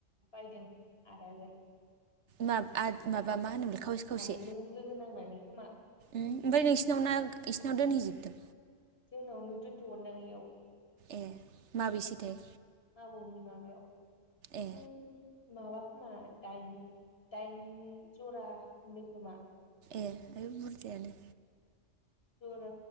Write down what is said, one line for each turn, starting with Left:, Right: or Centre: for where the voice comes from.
Left: बायदों आदाजों
Right: माब आर माबा मा होनोमोनलाय खावसे
Left: सानैजों
Right: खावसे
Left: लोगो नांनानै खोमा
Right: ओमफ्राय नोंसिनावना इसिनाव दोनहैजोबदों?
Left: जोंनावनो दोनथ'गोनदां इयाव
Right: ए माबेसेथाय?
Left: नि म बेयाव <unintelligible>
Right: ए
Left: माबा खोमा दाइन दाइन जरा होनदो खोमा
Right: ए आय बुरजायानो
Left: जरा